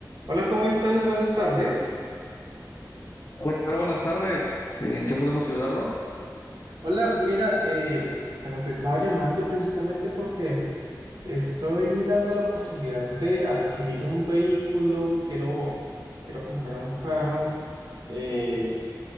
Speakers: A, on the right; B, on the left.
A: Hola, ¿cómo estás? Buenas tardes.
B: Hola, ¿qué tal? Buenas tardes. ¿En qué podemos ayudarlo?
A: Hola, mira, eh, bueno, te estaba llamando precisamente porque estoy mirando la posibilidad de adquirir un vehículo, quiero, quiero comprar un carro eh,